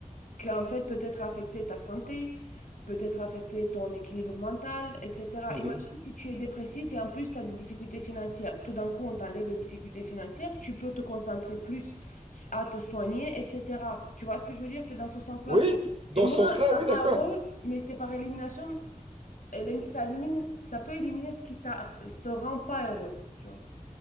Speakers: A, on the left (about 65°); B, on the right (about 45°).
A: qu'en fait peut-être affecter ta santé, peut-être affecter ton équilibre mental, etc.
B: Mhm.
A: Imagine si tu es dépressif et en plus tu as des difficultés financières. Tout d'un coup, on t'enlève les difficultés financières, tu peux te concentrer plus à te soigner, etc. Tu vois ce que je veux dire? C'est dans ce sens-là.
B: Oui,
A: C'est
B: dans
A: moins,
B: ce sens-là,
A: ça
B: oui,
A: rend
B: d'accord.
A: heureux, mais c'est par élimination, élim- ça élimine, ça peut éliminer ce qui t'a, ce te rend pas heureux. tu vois.